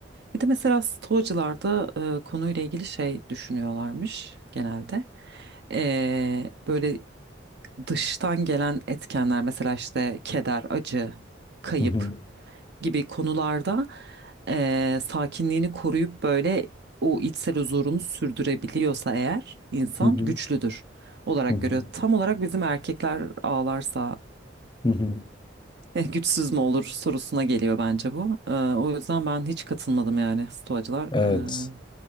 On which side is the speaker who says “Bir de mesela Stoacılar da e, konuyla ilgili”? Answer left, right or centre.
Right